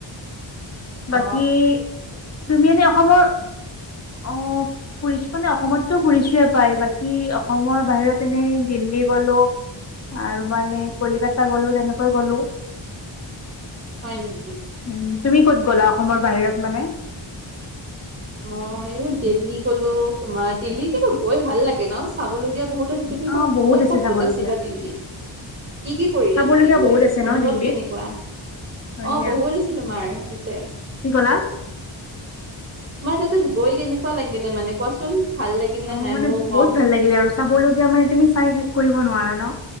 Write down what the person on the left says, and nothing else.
বাকী তুমি এনে অসমৰ অ মানে অসমতটো ঘুৰিছোৱে প্ৰায়। বাকী অসমৰ বাহিৰত এনেই দিল্লী গ'লো আৰু মানে কলিকতা গ'লো তেনেকৈ গ'লো।
উম, তুমি ক'ত গ'লা অসমৰ বাহিৰত মানে?
অ'
বহুত আছে
চাবলগীয়া,
চাবলগীয়া
বহুত আছে ন
দিল্লীত,
হয়
দিয়া,
কি ক'লা? <inaudible>
অ,
মানে
বহুত ভাল লাগিলে আৰু। চাবলগীয়া মানে তুমি চাই শেষ কৰিব নোৱাৰা ন?